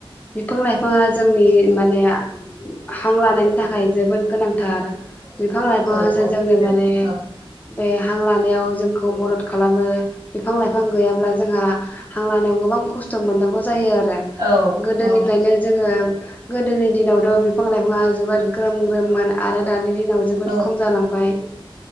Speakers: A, on the left (about 15°); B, on the right (about 40°).
A: बिफां लाइफाङा जोंनि माने हां लानायनि थाखाय जोबोद गोनांथार बिफां लाइफाङासो
B: औ अक्सिजेन
A: जोंनो माने
B: औ
A: बे हां लानायाव जों खौ मदद खालामो । बिफां लाइफां गैयाब्ला जोंहा हां लानायाव गोबां खस्थ' मोननांगौ जायो आरो
B: थिगोन
A: गोदोनिफ्रायनो जोङो गोदोनि दिनावथ' बिफां लाइफाङा जोबोद ग्रोम ग्रोममोन आरो दानि दिनाव जोबोद
B: औ
A: खम जालांबाय ।